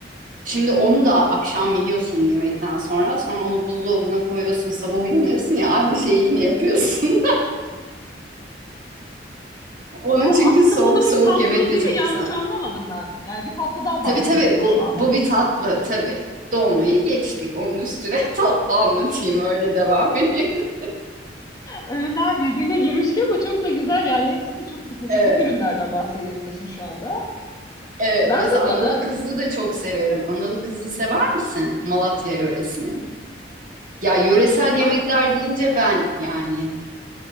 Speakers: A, on the right; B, on the left.
A: Şimdi onu da akşam yiyorsun yemekten sonra. Sonra onu buzdolabına koyuyorsun. Sabah uyanıyorsun ya aynı şeyi yine yapıyorsun. <laughs> Onu
B: Ya
A: çünkü
B: aslında
A: soğuk
B: bu da
A: soğuk
B: bir tatlı
A: yemek de
B: değil
A: çok
B: mi? Yanlış
A: güzel.
B: anlamadım ben. Yani bir tatlıdan
A: Tabii
B: bahsediyorsun
A: tabii bu
B: şu anda.
A: bu bir tatlı tabii. Dolmayı geçtik. Onun üstüne <laughs> tatlı anlatayım öyle devam edeyim.
B: Öğünler birbirine girmiş ki ama çok da güzel. Yani hepsi de çok spesifik
A: <laughs> Evet.
B: ürünlerden bahsediyorsun şu anda.
A: Evet
B: Ben
A: mesela
B: duymadım.
A: analı kızlı da çok severim. Analı kızlı sever misin? Malatya yöresinin. Ya yöresel yemekler
B: Ya
A: deyince ben yani.